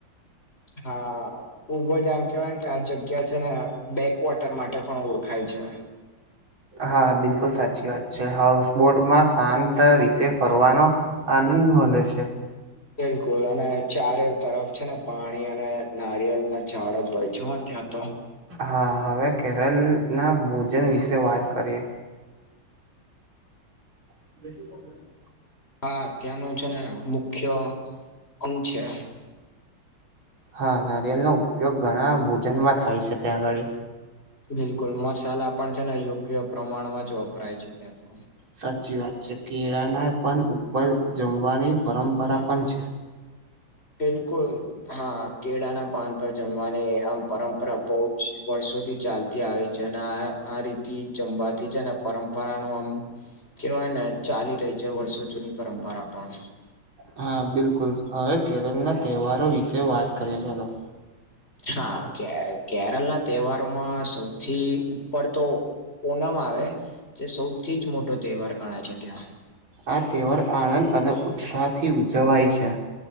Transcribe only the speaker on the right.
હા બિલકુલ સાચી વાત છે હાઉસબોટમાં શાત. આ રીતે ફરવાનો આનંદ મળે છે.
હા હવે કેરળના ભોજન વિશે વાત કરીએ. <inaudible>
હા નારિયેલનો ઉપયોગ ઘણા ભોજનમાં થાય છે ત્યાં આગળ.
સાચી વાત છે કેળાના પણ ઉપર જમવાની પરંપરા પણ છે.
હા બિલકુલ હવે કેરળના તહેવારો વિશે વાત કરીએ ચાલો
આ તહેવાર આનંદ અને ઉત્સાહથી ઉજવાય છે